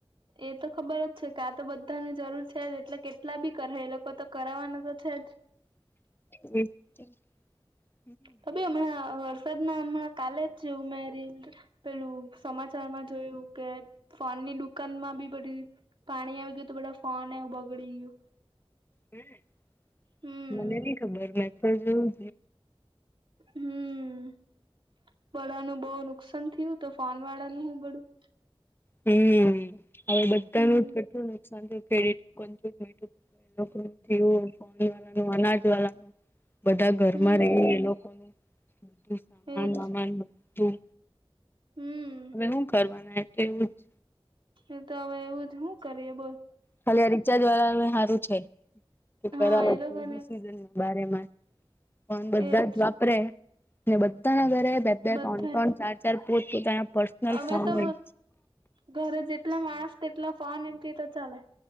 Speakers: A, on the right; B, on the left.
A: એ તો ખબર જ છે કે આ તો બધાની જરૂર છે જ એટલે કેટલા બી કરે એ લોકો તો કરાવવાના તો છે જ
B: <unintelligible>
A: તબ હમણા સદ ના હમણાં કાલે જ જેવું મેરી પેલું સમાચારમાં જોયું કે ફોન ની દુકાન માં બી બધી પાણી આવી ગયું તો બધા ફોન એવું બગડી ગયો
B: હ
A: હમ
B: મને નઈ ખબર મેં તો જોવું
A: હમ બધા નું બહુ નુકસાન થયું તો ફોન વાળાનું હું બળું
B: હમ હવે બધાનું
A: હમ
B: કેટલું નુકસાન થયું કેટું મું ફોન વાળાનું અનાજ વાળાનું બધા ઘરમાં
A: હમ
B: રહી એ લોકો બધું સામાન
A: એજ
B: વામાન બું
A: હમ
B: હવે શું કરવાના એટલે એવું જ
A: એ તો હવે એવું જ શું કરીએ બોલ
B: ખાલી આ રીચાર્જ વાળા અ સારું છે કરાવે
A: હા એ લોકોને
B: છે ને બારેમાસ ફોન બધા
A: એજ
B: જ વા બધાના ઘરે બે બે
A: બધા
B: ત્રણ ત્રણ
A: જ
B: ચાર ચાર પોત પોતાના પર્સનલ
A: હવે
B: ફોન
A: તો
B: હોય
A: ઘરે જેટલા માણસ તેટલા ફોન એન્ટ્રી તો ચાલે